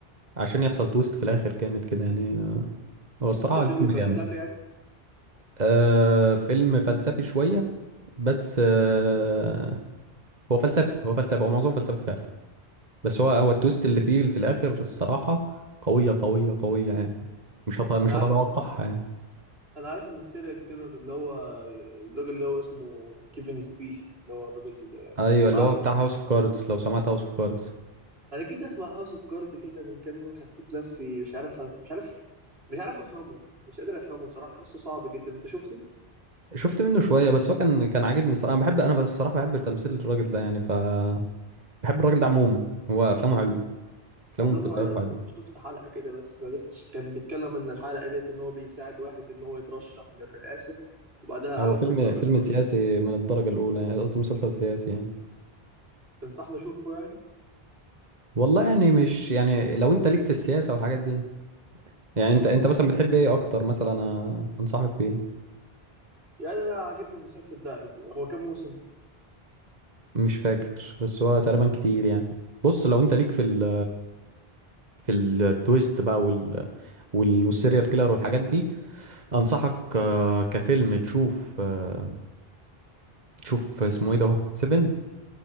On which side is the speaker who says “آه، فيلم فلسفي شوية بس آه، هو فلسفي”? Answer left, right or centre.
Right